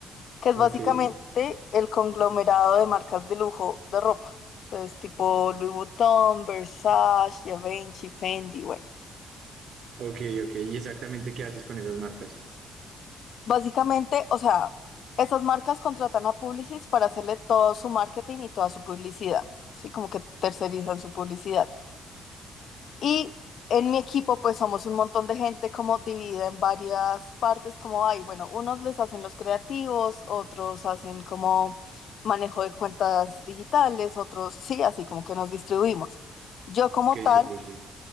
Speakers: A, on the left (about 65°); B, on the right (about 60°).
A: que es
B: Ok,
A: básicamente el conglomerado de marcas de lujo de ropa. Entonces, tipo Louis Vuitton, Versace, Givenchy, Fendi, bueno.
B: ok, ok. ¿Y exactamente qué haces con esas marcas?
A: Básicamente, o sea, esas marcas contratan a Publicis para hacerle todo su marketing y toda su publicidad, ¿sí? Como que tercerizan su publicidad. Y en mi equipo, pues somos un montón de gente como dividida en varias partes, como hay, bueno, unos les hacen los creativos, otros hacen como manejo de cuentas digitales, otros sí, así como que nos distribuimos. Yo como
B: Ok,
A: tal,
B: súper, sí.